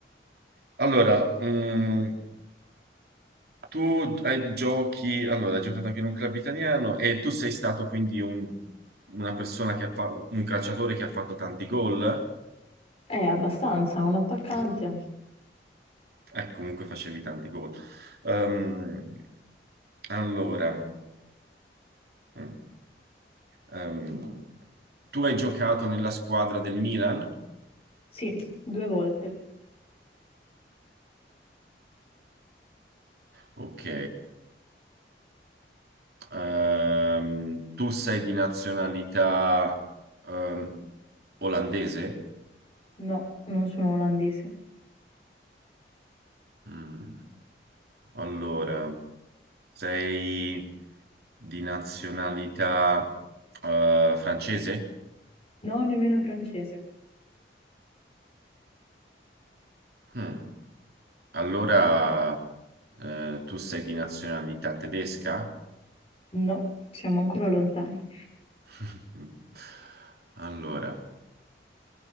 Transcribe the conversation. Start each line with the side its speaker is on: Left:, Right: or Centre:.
Right: Allora, mm, Tu hai- giochi, allora, hai giocato anche in un club italiano e tu sei stato quindi un- una persona che ha fatto, un calciatore che ha fatto tanti gol?
Left: è abbastanza, un attaccante.
Right: Eh, comunque facevi tanti gol. Ehm, allora, mm, ehm, tu hai giocato nella squadra del Milan?
Left: Sì, due volte.
Right: Ok. Ehm, tu sei di nazionalità, ehm, olandese?
Left: No, non sono olandese.
Right: Mm, Allora. Sei di nazionalità eh, francese?
Left: No, nemmeno francese.
Right: Hmm. Allora eh, tu sei di nazionalità tedesca?
Left: No, siamo ancora lontani.
Right: <laughs> Allora,